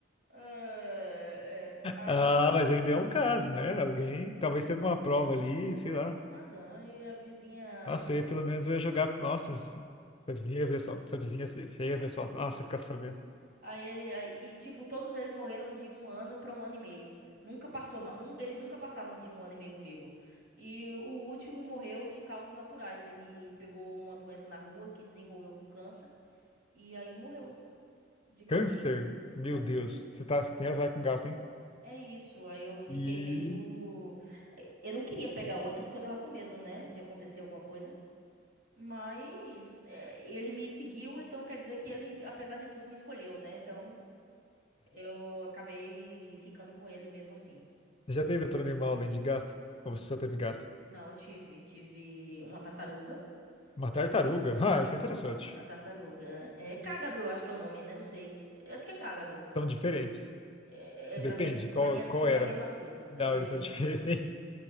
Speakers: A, on the right; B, on the left.
A: É, é, aí.
B: Ah, mas ainda é um caso, né? Alguém. Talvez tenha alguma prova ali, sei
A: Ah,
B: lá.
A: que nada. Aí a vizinha.
B: Nossa, eu ia, pelo menos eu ia jogar. Nossa, se- sua vizinha ia ver só. Sua vizinha, você você ia ver só. Ah, você ficar sabendo.
A: Aí ele, aí, e, tipo, todos eles morreram de um ano pra um ano e meio. Nunca passou, ma- nun- eles nunca passaram de um ano e meio comigo. E o último morreu de causas naturais. Ele pegou uma doença na rua que desenvolveu com câncer e aí morreu de câncer.
B: Câncer? Meu
A: Câncer.
B: Deus. Você tá, você tem azar com gato, hein?
A: É isso. Aí eu fiquei
B: E.
A: meio, eh, eu não queria pegar outro porque eu tava com medo, né, de acontecer alguma coisa. Mas eh, ele me seguiu, então quer dizer que ele, apesar de tudo, me escolheu, né? Então Eu acabei ficando com ele mesmo assim.
B: Você já teve outro animal além de gato? Ou você só teve gato?
A: Não, eu tive. Tive uma tartaruga.
B: Uma
A: Tive
B: tartaruga? Ah, isso é interessante.
A: uma tartaruga. É cágado, eu acho que é o nome, né? Não sei. Eu acho que é cágado.
B: São diferentes.
A: É,
B: Depende,
A: é, pra mim, é-
B: qual,
A: pra mim é
B: qual
A: tudo
B: era?
A: a mesma coisa. É,
B: Não, eles são diferentes.